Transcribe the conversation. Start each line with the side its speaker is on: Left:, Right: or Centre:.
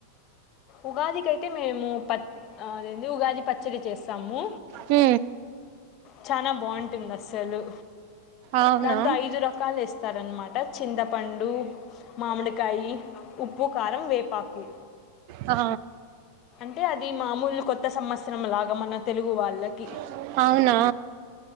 Left: ఉగాదికియితే మేము ప ఉగాది పచ్చడి చేస్తాము
Right: హ
Left: చానా బాగుంటుంది అస్సలు
Right: అవునా
Left: దాంతో ఐదు రకాలు ఇస్త స్తారనమాట చింతపండు మామిడికాయి ఉప్పు కారం వేపాకు
Right: ఆ
Left: అంటే అది మామూలు కొత్త సంవత్సరం లాగా మన తెలుగు వాళ్ళకి
Right: స అవునా